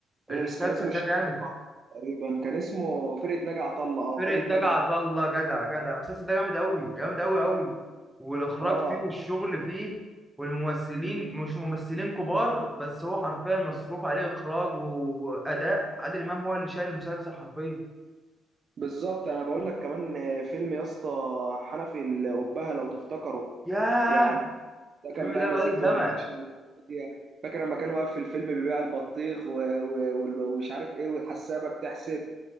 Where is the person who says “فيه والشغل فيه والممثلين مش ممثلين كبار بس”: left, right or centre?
Centre